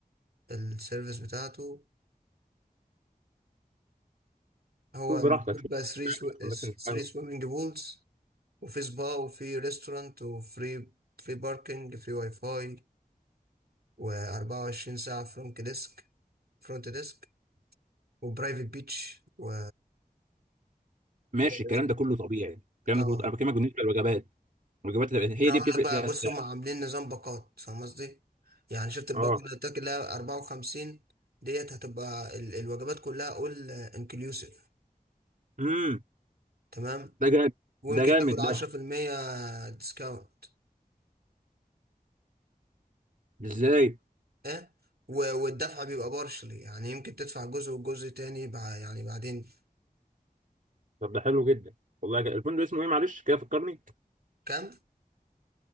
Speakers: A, on the right; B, on the right.
A: السيرفيس بتاعته هو
B: شوف براحتك
A: مكتوب
B: شوف
A: بقى 3
B: عشان بس مش حاجه
A: سويمنج بولز وفي سبا وفي ريستورانت وفري فري باركنج فري واي فاي و24 ساعة فرونت ديسك فرونت ديسك وبرايفت بيتش و
B: ماشي
A: و-
B: الكلام ده كله طبيعي الكلام
A: اه
B: ده كله انا بكلمك بالنسبه للوجبات الوجبات هي
A: انا
B: دي
A: اقول
B: بتفرق
A: لك بقى
B: فيها
A: بص
B: السعر
A: هم عاملين نظام باقات فاهم قصدي يعني شفت الباقة
B: اه
A: اللي قلت لك اللي هي 54 ديت هتبقى ال- الوجبات كلها اول انكلوسيف
B: امم
A: تمام
B: ده جامد
A: ويمكن
B: ده جامد
A: تاخد 10%
B: ده
A: ديسكاونت
B: ازاي
A: ها و- والدفع بيبقى بارشلي يعني يمكن تدفع جزء وجزء تاني بع- يعني بعدين
B: طب ده حلو جدا والله جا. الفندق اسمه ايه معلش كده فكرني
A: كام